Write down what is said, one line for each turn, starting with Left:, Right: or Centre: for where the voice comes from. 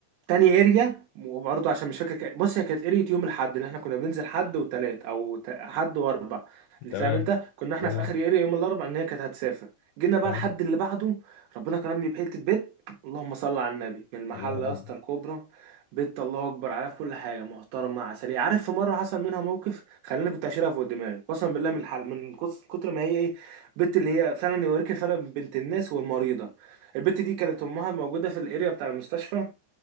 Right: تاني اريا وبرضه عشان مش فاكر كا- بص هي كانت اريا يوم الاحد اللي احنا كنا بننزل حد وتلات او ت- حد واربع اللي
Left: تمام
Right: فاهم انت كنا احنا
Left: تمام
Right: في اخر اريا يوم الاربع ان هي كانت هتسافر جينا بقى
Left: تمام
Right: الحد اللي بعده ربنا كرمني بحته بيت اللهم صل على النبي من المحل
Left: الله
Right: يا
Left: أكبر
Right: اسطى الكوبرا بيت الله اكبر عليها في كل حاجه محترمه عسليه عارف في مره حصل منها موقف خلاني كنت هشيلها فوق دماغي قسما بالله من الحل من كس- كتر ما هي ايه بنت اللي هي فعلا يوريك الفرق بين بنت الناس والمريضه البت دي كانت امها موجوده في الاريا بتاع المستشفى